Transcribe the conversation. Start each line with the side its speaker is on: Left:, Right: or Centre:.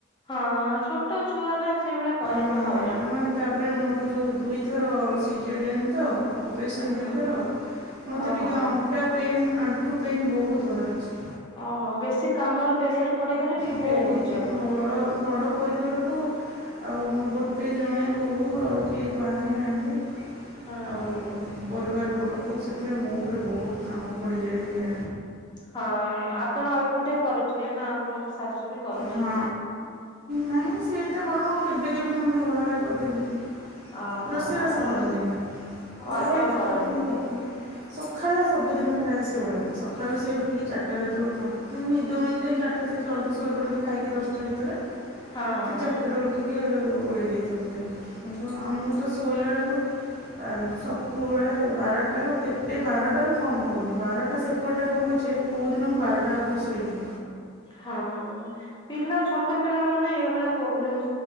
Left: ହଁ, ହଁ ଛୋଟ ଛୁଆ ନା ସେଇଭଳିଆ କରିବେ
Right: ହଁ
Left: ହଇରାଣ।
Right: ମାନେ ତାପରେ ମୋର ଯୋଉ ଦୁଇଥର ସିଜରିଆନ୍ ତ। ଅପରେସନ୍
Left: ହଁ
Right: ଦୁଇଥର
Left: ହଁ ହଁ।
Right: ମୋତେ
Left: ଓହୋ
Right: ଟିକିଏ ଅଣ୍ଟା ପେନ୍ ଆଣ୍ଠୁ ପେନ୍ ବୋହୁତ ବାହାରୁଚି।
Left: ଓହୋ, ବେଶୀ କାମର ପ୍ରେସର ପଡ଼ିଗଲେ ଟିକେ
Right: ବହୁତ
Left: ପେନ୍ ହଉଛି ଆପଣ।
Right: ବଡ଼ ବଡ଼ ପରିବାରକୁ ଆଉ ମୁଁ ଗୋଟେ ଜଣେ ବୋହୂ ଆଉ କିଏ ବାହାହେଇ ନାହାନ୍ତି।
Left: ହଁ
Right: ଆଉ
Left: ହଁ
Right: ପରିବାର ବଡ଼କୁ ସେଥିପାଇଁ ମୋ ଓପରେ ବହୁତ କାମ ପଡ଼ିଯାଏ ଟିକେ।
Left: ହଁ ହଁ ଆପଣ ଏକୁଟିଆ କରୁଚନ୍ତି ନା ଆପଣଙ୍କ ଶାଶୁ ବି କରୁଛନ୍ତି?
Right: ହଁ, ନାଇଁ ସେ ଏତେ କର କେବେ କେବେ କେମିତି ଓଳାଓଳି କରିଦିଅନ୍ତି।
Left: ଓହୋ
Right: ରୋଷେଇବାଷ
Left: ଆପଣ
Right: କରନ୍ତିନି
Left: ଓ
Right: ଓଳା
Left: ଆପଣ
Right: ଓଳି କେତେବେଳେ
Left: କରନ୍ତି
Right: କେମିତି କରିଦିଅନ୍ତି। ସଖାଳ ସବୁଦିନ ପ୍ରାୟ ସେ ଓଳାନ୍ତି ସଖାଳୁ ସେ ଉଠିକି ଚାରିଟା ରାତିରୁ ତାଙ୍କ ନିଦ ଭାଙ୍ଗିଯାଏ ଚାର ଟା ସେ ଜଲଦି ଶୋଇ ପଡ଼ନ୍ତି ଖାଇକି ଦଶଟା ଭିତରେ
Left: ହଁ
Right: ସେ ଚାରିଟାରୁ ଉ ଟିକି ଓଳେଇ ଦେଇଥାନ୍ତି କିନ୍ତୁ ଆ ମୁଁ ତ ଶୋଇଲା ବେଳକୁ ଆଉ ସବୁବେଳେ ବାରଟାରୁ କେବେ ବାରଟାରୁ କମ୍ ହବନି ବାରଟା ସେ ପଟେ ହେବ ପଛେ, କୋଉଦିନ ମୁଁ ବାରଟା ଆଗରୁ ଶୋଇନି।
Left: ହଁ ପିଲା ଛୋଟ ପିଲାମାନେ ଏଇଭଳିଆ ପୋବ୍ଲେମ୍